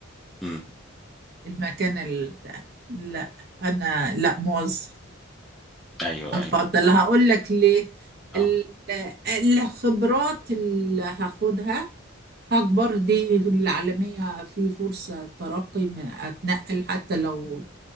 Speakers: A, in the centre; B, on the right.
A: امم
B: المكان ال- بتاع لا انا لا موظف
A: أيوه
B: افضل
A: أيوه
B: هقول لك ليه ال-
A: أه
B: الخبرات اللي هاخدها هكبر دي العالمية في فرصة ترقي ما اتنقل حتى لو